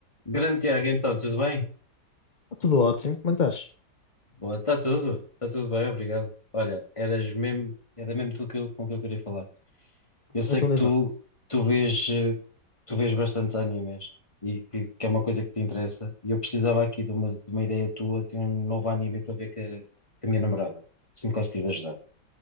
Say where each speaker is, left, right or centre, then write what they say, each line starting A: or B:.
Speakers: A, on the left (about 15°); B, on the left (about 35°).
A: Grande Tiago, então, tudo bem?
B: Está tudo ótimo, como é que estás?
A: Boa, está tudo, está tudo bem, obrigado. Olha, eras mesmo, era mesmo tu que eu, com que eu queria falar. Eu sei
B: Então
A: que
B: diz
A: tu,
B: lá.
A: tu vês, eh, tu vês bastantes animes e que, que é uma coisa que te interessa. E eu precisava aqui de uma, de uma ideia tua, de um novo anime para ver que, que a minha namorada, se me conseguires ajudar.